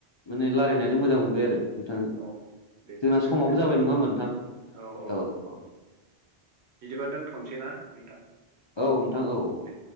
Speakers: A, on the left; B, on the right.
A: माने
B: औ
A: रायलायनानै मोजां मोनबाय आरो नोंथाजों।
B: औ दे
A: जोंना
B: गोजोननाय
A: समावबो जाबाय
B: थाबाय
A: नङा
B: दे
A: होमबा
B: नोंथां
A: नोंथां।
B: औ औ बिदिबा दोनथ'नोसै ना नोंथां।
A: औ नोंथां औ।
B: दे